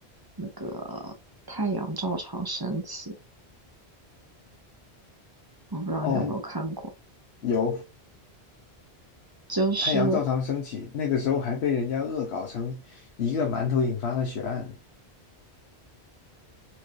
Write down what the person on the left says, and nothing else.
哦，有
太阳照常升起，那个时候还被人家恶搞成一个馒头引发的血案，